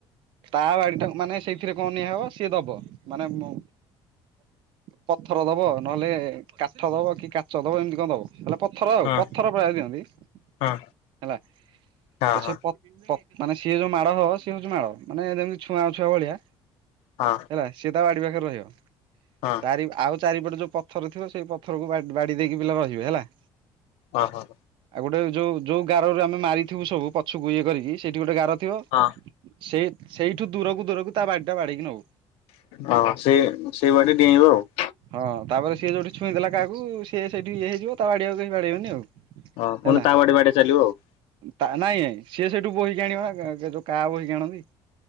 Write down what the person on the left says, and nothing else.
ହୁଁ
ହୁଁ ହଁ
ହଁ।
ହଁ।
ହଁ।
ଅ ହଁ।
ହଁ।
ହଁ ସେ ସେଇ ବାଟେ ଡେଇଁବ ଆଉ।
ହଁ ପୁଣି
ତା ବାଡେ ବାଡେ ଚାଲିବ ଆଉ।